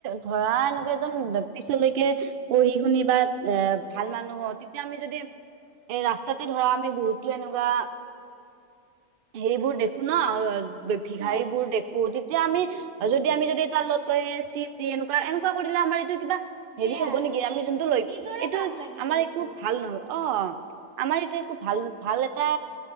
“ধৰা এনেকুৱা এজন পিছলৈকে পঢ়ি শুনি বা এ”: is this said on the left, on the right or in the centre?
Right